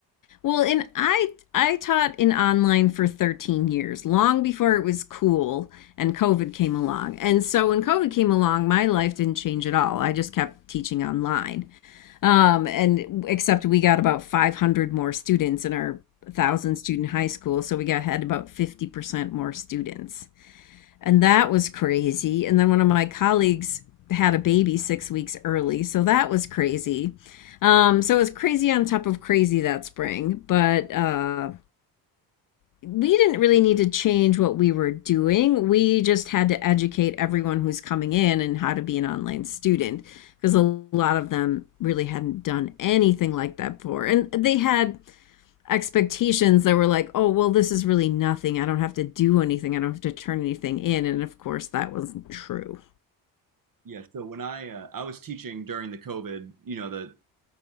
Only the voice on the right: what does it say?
Wow.
Yeah. So when I uh, I was teaching during the COVID, you know the